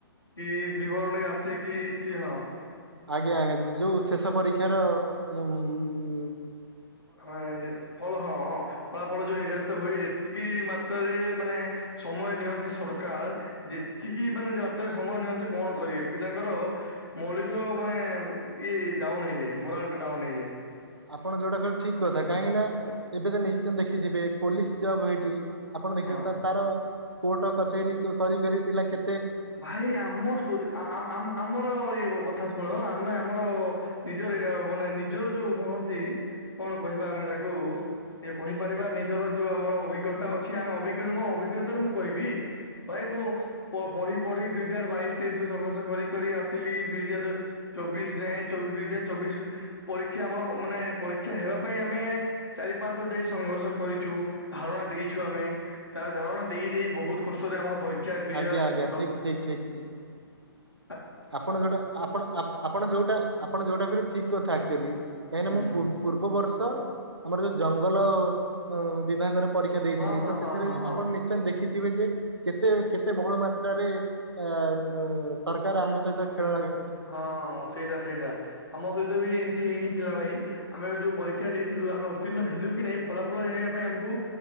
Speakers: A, on the left; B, on the right.
A: କି ବିବରଣୀ ଆସେ କି ସିଏ ହଁ
B: ଆଜ୍ଞା-ଆଜ୍ଞା ଯୋଉ ଶେଷ ପରୀକ୍ଷାର ଉଁ-ଉଁ
A: ହଁ ଏଇ ଯୋଉ ଫଳ, ହଁ-ହଁ ଫଳାଫଳ ଯୋଉ ନିର୍ଦ୍ଧାରିତ ହୁଏ ଯେତିକି ମାତ୍ରାରେ ମାନେ ସମୟ ନିଅନ୍ତି ସରକାର ଯେତିକି ମାନେ ମାତ୍ରାରେ ସମୟ ନିଅନ୍ତି କଣ କରିବେ ପିଲାଙ୍କର ମୌଳିକ ମାନେ ଇଏ ଡାଉନ ହେଇଯାଏ ମୋରାଲଟା ଡାଉନ ହେଇଯାଏ।
B: ଆପଣ ଯୋଉଟା କହିଲେ ଠିକ କଥା କାହିଁକି ନା ଏବେ ତ ନିଶ୍ଚିତ ଦେଖିଥିବେ ପୋଲିସ ଜବ୍ ହେଇଠି ଆପଣ ଦେଖିବେ
A: ହଁ
B: ତ ତାର କୋର୍ଟ କଚେରୀ କରି କରି ପିଲା କେ
A: ଭାଇ ଆମ ଷ୍ଟୋରୀ ଆ-ଆମ୍-ଆମ୍-ଆମର-ଅ-ଅ ଏଇ କଥା ଶୁଣ ଆମେ ଆମର ନିଜର ଏ ମାନେ ନିଜର ଯୋଉ କହନ୍ତି କଣ କହିବା ଆମେ ତାକୁ ଇଏ କହିପାରିବା ନିଜର ଯୋଉ ଆମର ଅଭିଜ୍ଞତା ଅଛି ଆମେ ଅଭିଜ୍ଞ ମୋ ଅଭିଜ୍ଞତାରୁ ମୁଁ କହିବି। ଭାଇ ମୁଁ ପ ପଢି ପଢି ଦୁଇ ହଜାର ବାଇଶି ତେଇଶିରୁ ସଂଘର୍ଷ କରି କରି ଆସିଲି ଦୁଇ ହଜାର ଚବିଶ ଯାଏଁ ଚବିଶେ ଚବିଶ, ପରୀକ୍ଷା ଆମର ମାନେ ପରୀକ୍ଷା ହେବା ପାଇଁ ଆମେ ଚାରି ପାଞ୍ଚ ଥର ଯାଇ ସଂଘର୍ଷ କରିଛୁ ଧାରଣା ଦେଇଛୁ ଆମେ। ତାର ଧାରଣା ଦେଇ-ଦେଇ ବହୁତ କଷ୍ଟରେ ଆମର ପରୀକ୍ଷା <unintelligible>
B: ଆଜ୍ଞା ଆଜ୍ଞା ଠିକ ଠିକ ଠିକ ଠିକ
A: ହ
B: ଆପଣ ଯୋଉଟା ଆପଣ-ଆପ୍ ଆପଣ ଯୋଉଟା ଆପଣ ଯୋଉଟା କହିଲେ ଠିକ୍ କଥା ଆକ୍ଚୁଆଲି କାହିଁକିନା
A: ହୁଁ
B: ମୁଁ ପୂର୍ବ୍ ପୂର୍ବ ବର୍ଷ, ଆମର ଯୋଉ ଜଙ୍ଗଲ ଉଁ-ଉଁ ବିଭାଗର ପରୀ କ୍ଷା ଦେଇଥିଲି
A: ହଁ ହଁ
B: ତ
A: ହଁ
B: ସେଥିରେ
A: ହଁ ହଁ
B: ଆପଣ ନିଶ୍ଚ୍ ନିଶ୍ଚୟ ଦେଖିଥିବେ ଯେ କେତେ କେତେ ବହୁଳ ମାତ୍ରାରେ ଆ-ଆ-ଉଁ-ଉଁ ସର୍ କାର୍ ଆମ ସହିତ ଖେଳଇ
A: ହଁ ସେଇଟା-ସେଇଟା, ଆମ ସହିତ ବି ଏମତି ହେଇଥିଲା ଭାଇ। ଆମେ ଯୋଉ ପରୀକ୍ଷା ଦେଇଥିଲୁ ଆମେ ଉତ୍ତୀର୍ଣ୍ଣ ହେଲୁ କି ନାହିଁ ଫଳାଫଳ ଜାଣିବା ପାଇଁ ଆମକୁ